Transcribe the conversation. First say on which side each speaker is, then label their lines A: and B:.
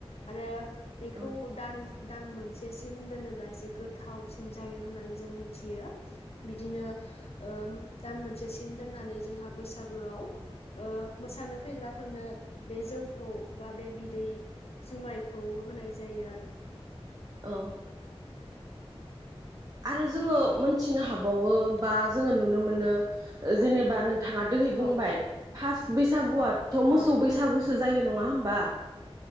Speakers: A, on the left (about 75°); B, on the right (about 35°).
A: आरो बेखौ
B: औ
A: दान दान मोनसेसिम दोनोब्ला एसे गोथावसिन जायो होननानै जों मिन्थियो। बिदिनो ओ दान मोनसेसिम दोननानै जोंहा बैसागोआव ओ मोसानो फैग्राफोरनो बे जौखौ बा बे बिदै जुमायखौ होनाय जायो आरो।
B: औ। आरो जोङो मोन्थिनो हा बावो
A: नोंथाङा
B: बा जोङो नुनो मोनो जेनेबा
A: औ
B: नोंथांआ दोहै बुंबाय।
A: औ
B: फास्ट बैसागुआ थ' मोसौ
A: औ
B: बैसागु सो जायो नङा होमबा।